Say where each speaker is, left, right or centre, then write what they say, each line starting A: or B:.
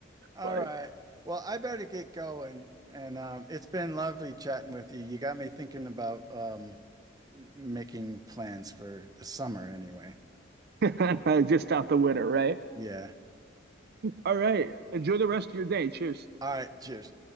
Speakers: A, on the right; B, on the right.
A: All
B: but
A: right. Well, I better get going. And um, it's been lovely chatting with you. You got me thinking about um, m- making plans for the summer anyway.
B: <laughs> just out the winter, right?
A: Yeah.
B: All right. Enjoy the rest of your day. Cheers.
A: All right. Cheers.